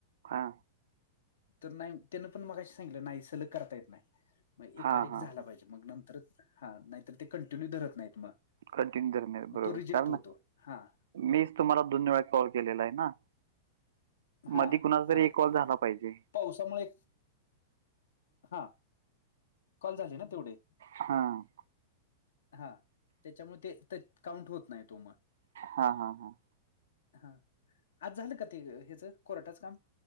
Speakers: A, on the right; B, on the left.
A: हा.
B: तर नाही, त्यान पण मगाशी सांगितलं नाही सलग करता येत नाही, म्हण एकाड
A: हा
B: एक
A: हा
B: झाला
A: हा
B: पाहिजे. मग नंतरच हा, नाहीतर ते कंटिन्यू धरत नाहीत मग
A: कंटिन्यू धरत नाही,
B: मग
A: बरोबर
B: तो रिजेक्ट
A: कारण
B: होतो."
A: ना
B: हां,
A: मीच तुम्हाला दोन वेळा कॉल केलेला आहे ना?
B: हां,
A: मधी कुणाचा तरी
B: हां.
A: एक कॉल झाला पाहिजे.
B: पावसामुळे हा, कॉल झाले ना तेवढे
A: हां,
B: हा, त्याच्यामुळे ते-ते काउंट होत नाही तो मग
A: हा-हा-हा,
B: हा, आज झालं का? ते अ हेचं कोर्टाचं काम